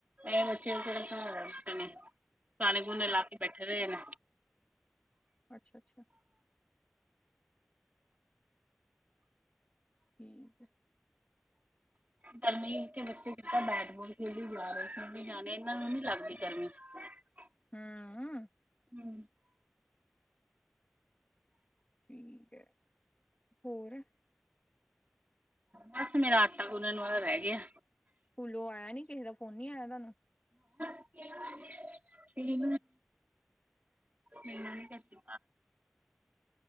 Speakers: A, on the right; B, on the left.
A: ਐ ਬੱਚੇ <unintelligible> <unintelligible> ਗਾਣੇ ਗੂਨੇ ਲਾ ਕੇ ਬੈਠੇ ਰਹੇ ਨੇ
B: ਅੱਛਾ ਅੱਛਾ। ਠੀਕ ਆ।
A: ਪਰ ਮਿਹਨਤੀ ਬੱਚੇ ਸਿੱਧਾ ਬੈਟਬਾਲ ਖੇਲੀ ਜਾ ਰਹੇ ਜਾਣੇ ਇਹਨਾਂ ਨੂੰ ਨੀ ਲੱਗਦੀ ਗਰਮੀ <unintelligible>
B: ਹਾਂ।
A: ਹੂੰ
B: ਠੀਕ ਹੈ। ਹੋਰ
A: ਬਸ ਮੇਰਾ ਆਟਾ ਗੁੰਨਨ ਵਾਲ ਰਹਿ ਗਿਆ।
B: ਸਕੂਲੋਂ ਆਇਆ ਨੀ ਕਿਸੇ ਦਾ ਫੋਨ ਨੀ ਆਇਆ ਤੁਹਾਨੂੰ
A: ਇਹ ਤੇ
B: ਅੱਛਾ
A: ਮਨਾਂ ਨ ਕਸੀ